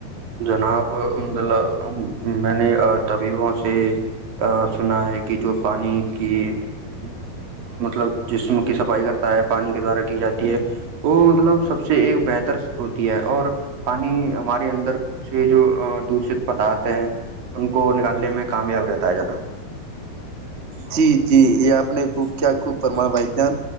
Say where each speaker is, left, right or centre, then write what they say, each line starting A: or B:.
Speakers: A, on the right (about 60°); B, on the right (about 40°).
A: جناب مطلب میں نے طبیبوں سے کرنا ہے کہ جو پانی کہ جو مطلب جسم کی صفائی کرتا ہے پانی کے دوارا کی جاتی ہے وہ مطلب سب سے ایک بہتر ہوتی ہے اور پانی ہمارے اندر سے جو دشت پدارتھ ہیں ان کو نکالنے میں کامیاب رہتا بتایا جانا
B: جی جی یہ آپ نے خ کیا خب پرمان بھائی جان